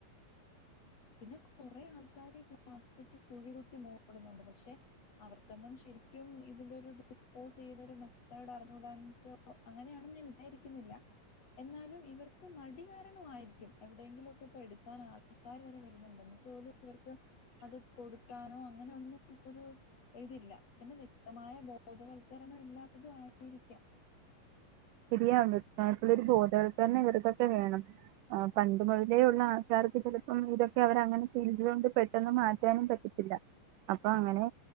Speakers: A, on the left (about 45°); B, on the right (about 80°).
A: പിന്നെ കുറെ ആൾക്കാര് പ്ലാസ്റ്റിക് കുഴി കുത്തി മൂടുന്നുണ്ട് പക്ഷെ അവർ അവക്കൊന്നും ശരിക്കും ഇതിന്റെ ഒരു ഡിസ്പോസ് ചെയ്തൊരു മെതേഡ് അറിഞ്ഞുടാനോ അങ്ങനെയാണെന്ന് വിചാരിക്കുന്നില്ല എന്നാലും ഇവർക്ക് മടികാരണമായിരിക്കും എവിടെങ്കിലും ഒക്കെ ഇപ്പോ എടുക്കാ ആൾ ആൾക്കാർ വരെ വരുന്നുണ്ട് എന്നിട്ടുപോലും ഇവർക്ക് അത് കൊടുക്കാനോ അങ്ങനെ ഒന്നും ഒരു ഇതില്ല പിന്നെ വ്യക്തമായ ബോധവൽക്കരണം ഇല്ലാത്തതും ആയിരിക്കാം
B: ശരിയാ വൃത്തായിട്ടുള്ളരു ബോധവൽക്കര ഇവർക്കൊക്കെ വേണം ആ പണ്ട് മുതലേ ഉള്ള ആൾക്കാർക്ക് ചിലപ്പോം ഇതൊക്കെ അവർ അങ്ങനെ ചെയ്തത് കൊണ്ട് പെട്ടെന്ന് മാറ്റാനും പറ്റി ഇല്ല അപ്പൊ അങ്ങനെ